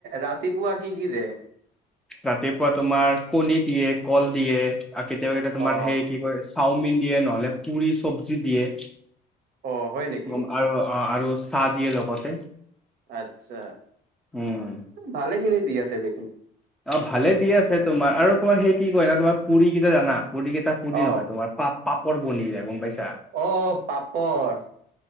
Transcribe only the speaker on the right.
ৰাতিপুৱা কি - কি দে?
অ
অ, হয় নেকি?
আচ্ছা
ভালেখিনি দি আছে দেখোন।
অ
অ, পাপৰ।